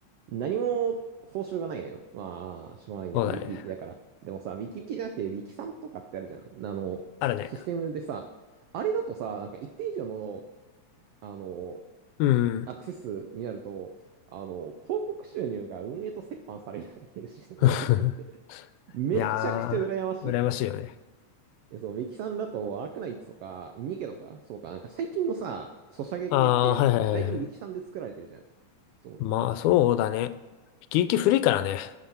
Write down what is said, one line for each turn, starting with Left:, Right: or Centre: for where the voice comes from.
Right: 何も報酬がないのよ。まあ、しょうがないんだけど、
Left: そうだね。
Right: ウィキウィキだから。でもさ、ウィキウィキじゃなくて、ウィキさんとかってあるじゃん。あの、
Left: あるね。
Right: システムでさ、あれだとさ、なんか一定以上のあの、
Left: うん。
Right: アクセスになると、あの、広告収入が運営と折半されるっていうシステムらしくって、
Left: <laughs>
Right: めちゃくちゃ羨ましい。
Left: いやー、羨ましいよね。
Right: いや、そう、ウィキさんだと、アークナイツとか、ニケとか、そうか、なんか最近のさ、ソシャゲ系って、
Left: あー、はいはいはいはい。
Right: だいぶウィキさんで作られてるじゃん。そ
Left: まあ、そうだね。ウキウキ古いからね。